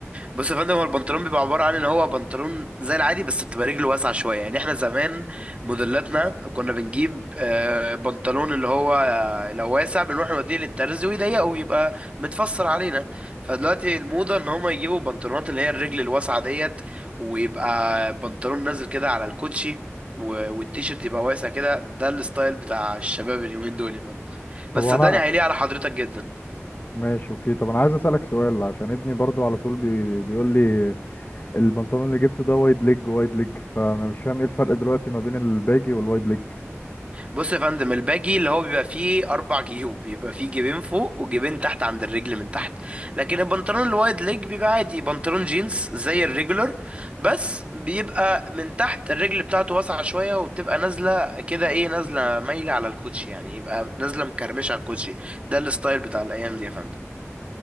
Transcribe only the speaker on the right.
بص يا فندم هو البنطلون بيبقى عبارة عن ان هو بنطلون زي العادي بس بتبقى رجله واسعة شوية يعني احنا زمان موديلاتنا كنا بنجيب آه، بنطلون اللي هو آه، لو واسع بنروح نوديه للترز ويضيقه ويبقى متفصل علينا فدلوقتي الموضة ان هما يجيبوا بنطلونات اللي هي الرجل الواسعة ديت ويبقى بنطلون نازل كده على الكوتشي و- والتيشيرت يبقى واسع كده ده الستايل بتاع الشباب اليومين دول يا فندم
بس
صدقني هيليق على حضرتك جدا
بص يا فندم الباجي اللي هو بيبقى فيه اربع جيوب بيبقى فيه جيبين فوق وجيبين تحت عند الرجل من تحت لكن البنطلون الوايد ليج بيبقى عادي بنطلون جينز زي الريجولر بس بيبقى من تحت الرجل بتاعته واسعة شوية وبتبقى نازلة كده ايه نازلة مايلة على الكوتشي يعني يبقى نازلة مكرمشة على الكوتشي ده الستايل بتاع الايام دي يا فندم